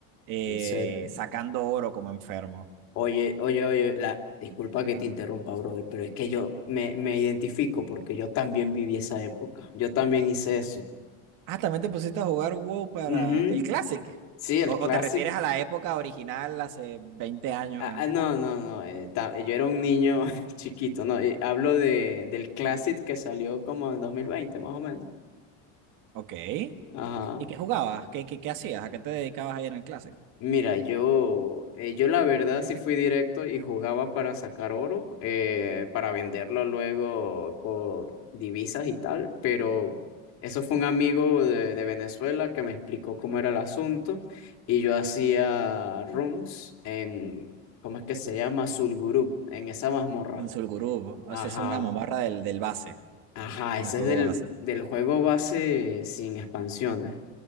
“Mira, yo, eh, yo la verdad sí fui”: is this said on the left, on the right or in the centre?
Left